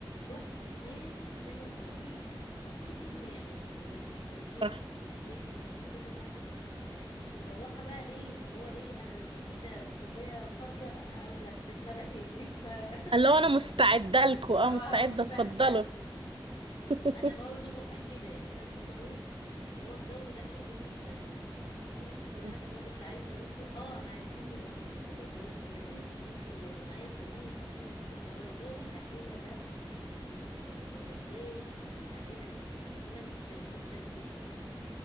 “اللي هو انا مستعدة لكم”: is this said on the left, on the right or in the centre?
Right